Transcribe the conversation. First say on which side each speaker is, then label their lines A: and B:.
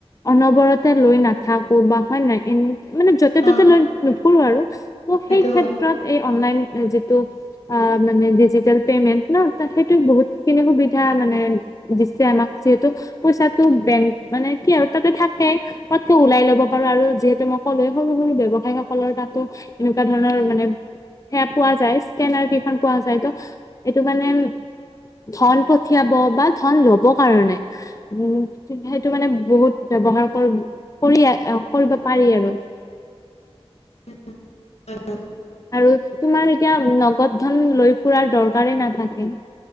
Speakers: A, on the left (about 30°); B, on the left (about 85°).
A: অনবৰতে লৈ নাথাকো বা হয় নে নাই এনে মানে য'তে ত'তে
B: অ
A: লৈ নুফুৰো আৰু ত
B: সেইটো
A: সেই ক্ষেত্ৰত
B: হয়
A: এই অনলাইন যিটো অ মানে ডিজিেল পেমেন্ট ন সেইটো বহুতখিনি সুবিধা মানে। দিছে আমাক যিহেতু পইচাত বেং মানে কি আৰু তাতে থাকে ততকে ওলাই ল'ব পাৰো আৰু যিহেতু মই ক'লো সৰু সৰু ব্যৱসায় ব্যৱসায়সকলৰ তাতো এনেকুৱা ধৰণৰ মানে সেয়া পোৱা যায় স্কেনাৰ কেইখন পোৱা যায় ত এইটো মানে ধল পঠিয়াব বা ধল ল'ব কাৰণে উম সেইটো মানে বহুত ব্যৱহাৰ কৰি কৰিব পাৰি আৰু <unintelligible>
B: উম উ
A: আৰু তোমাৰ এতিয়া নগদ ধন লৈ ফুৰাৰ দৰকাৰেই নাথাকে।